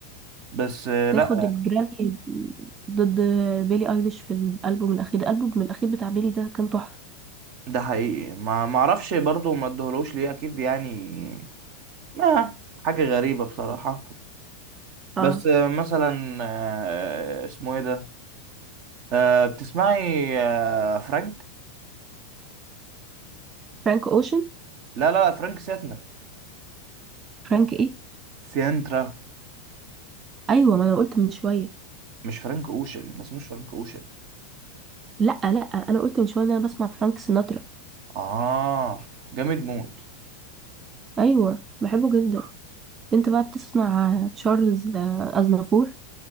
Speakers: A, on the right; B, on the right.
A: بس آه،
B: تاخد
A: لا
B: الجرامي ضد بيلي ايليش في الالبوم الاخير الالبوم الاخير بتاع بيلي ده كان تحفه
A: ده حقيقي ما ما اعرفش برضه ما ادهولوش ليه اكيد يعني ما حاجة غريبة بصراحة
B: اه
A: بس آه، مثلا آه، اسمه ايه ده آه، بتسمعي آه، فرانك
B: فرانك اوشن
A: لا لا لا، فرانك سيتنا
B: فرانك ايه
A: سيانترا
B: ايوه ما انا قلت من شويه
A: مش فرانك اوشن ما اسموش فرانك اوشن
B: لا لا انا قلت من شويه ان انا بسمع فرانك سيناترا
A: اه جامد موت
B: ايوه بحبه جدا انت بقى بتسمع تشارلز آه، اznافور